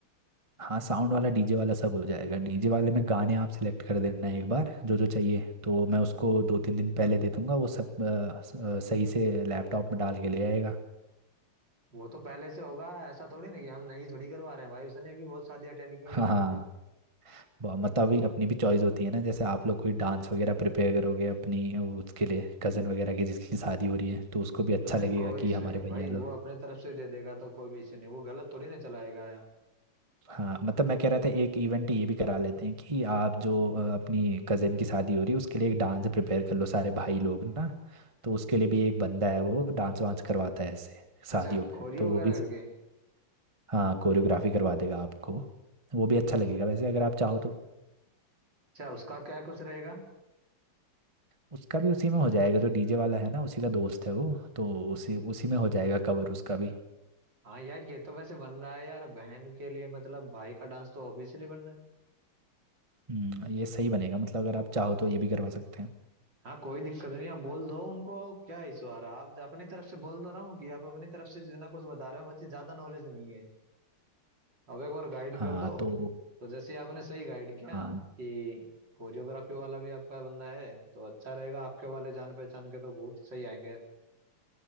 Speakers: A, on the right (about 15°); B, on the right (about 55°).
A: हाँ साउंड वाला डीजे वाला सब हो जाएगा डीजे वाले में गाने आप सिलेक्ट कर देना एक बार जो जो चाहिए तो मैं उसको दो तीन दिन पहले दे दूंगा वो सब अ, स- अ, सही से लैपटॉप में डाल के ले आएगा
B: वो तो पहले से होगा ऐसा थोड़ी ना कि हम नई थोड़ी करवा रहे हैं भाई उसने भी बहुत शादी अटेंड की होंगी
A: हाँ हाँ। ब- मतलब अभी अपनी भी चॉइस होती है ना जैसे आप लोग कोई डांस वगैरह प्रिपेयर करोगे अपनी वो उसके लिए कज़न वगैरह की जिसकी शादी हो रही है तो उसको भी अच्छा
B: अरे
A: लगेगा
B: कोई इश्यू
A: कि हमारे
B: नहीं है भाई
A: भैया लोग
B: वो अपने तरफ से दे देगा तो कोई भी इश्यू नहीं वो गलत थोड़ी ना चलाएगा या
A: हाँ मतलब मैं कह रहा था एक इवेंट ये भी करा लेते हैं कि आप जो अ, अपनी कज़न की शादी हो रही है उसके लिए एक डांस प्रिपेयर कर लो सारे भाई लोग ना तो उसके लिए भी एक बंदा है वो डांस वांस करवाता है ऐसे शादियों
B: अच्छा
A: में
B: कोरियो
A: तो वो
B: वगैरह
A: भी
B: करके
A: हाँ कोरियोग्राफी करवा देगा आपको वो भी अच्छा लगेगा वैसे अगर आप चाहो तो
B: अच्छा उसका क्या कुछ रहेगा
A: उसका भी उसी में हो जाएगा जो डीजे वाला है ना उसी का दोस्त है वो तो उसी उसी में हो जाएगा कवर उसका भी
B: हाँ यार ये तो वैसे बन रहा है यार बहन के लिए मतलब भाई का डांस तो ऑफिशियली बन रहा है
A: हम्म ये सही बनेगा मतलब अगर आप चाहो तो ये भी करवा सकते हैं
B: हाँ कोई दिक्कत नहीं आप बोल दो उनको क्या इशू आ रहा है आप अपनी तरफ से बोल दो ना कि आप अपनी तरफ से जितना कुछ बता रहे हो मुझे ज्यादा नॉलेज नहीं है अब एक बार गाइड
A: हाँ
B: कर दो
A: तो
B: तो जैसे आपने सही गाइड किया
A: हाँ
B: कि कोरियोग्राफी वाला भी आपका बंदा है तो अच्छा रहेगा आपके वाले जान पहचान के तो बहुत ही सही आएंगे